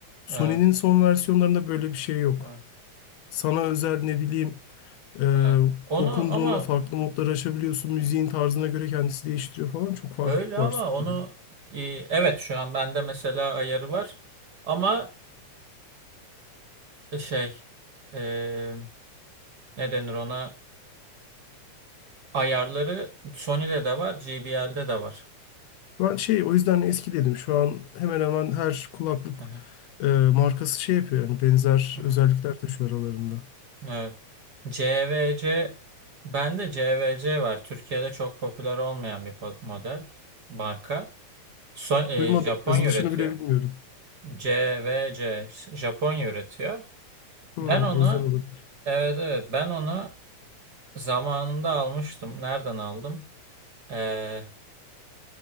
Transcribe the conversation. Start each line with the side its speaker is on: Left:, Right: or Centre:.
Left: Sony'nin
Right: evet,
Left: son versiyonlarında böyle bir şey yok.
Right: evet,
Left: Sana özel ne bileyim ee,
Right: evet. Onu
Left: dokunduğunda
Right: ama
Left: farklı modları açabiliyorsun. Müziğin tarzına göre kendisi değiştiriyor falan. Çok farklılık
Right: böyle ama
Left: var sonunda.
Right: onu e, evet şu an bende mesela ayarı var ama şey e, ne denir ona ayarları Sony'de de var, JBL'de de var.
Left: Ben şey o yüzden eski dedim. Şu an hemen hemen her kulaklık
Right: Hı hı,
Left: e, markası şey yapıyor yani benzer
Right: hı hı.
Left: özellikler taşıyor aralarında.
Right: Evet. CVC bende CVC var. Türkiye'de çok popüler olmayan bir po- model marka. So- e,
Left: Duymadım.
Right: Japonya
Left: Yazılışını
Right: üretiyor.
Left: bile bilmiyorum.
Right: CVC Japonya üretiyor.
Left: Hmm,
Right: Ben onu
Left: o yüzden olabilir.
Right: evet evet ben onu zamanında almıştım. Nereden aldım? Ee,